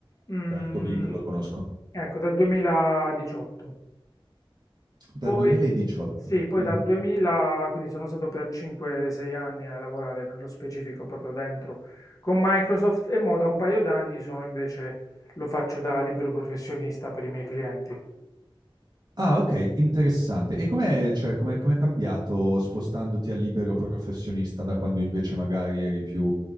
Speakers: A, on the left; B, on the right.
A: mm,
B: certo, Bing lo conosco.
A: ecco, dal 2018.
B: Dal
A: Poi,
B: 2018.
A: sì, poi
B: Mm.
A: dal 2000, quindi sono stato per 5-6 anni a lavorare nello specifico proprio dentro con Microsoft e mo da un paio d'anni sono invece, lo faccio da libero professionista per i miei clienti.
B: Ah, ok, interessante. E com'è, cioè, com'è, com'è cambiato spostandoti a libero professionista da quando invece magari eri più,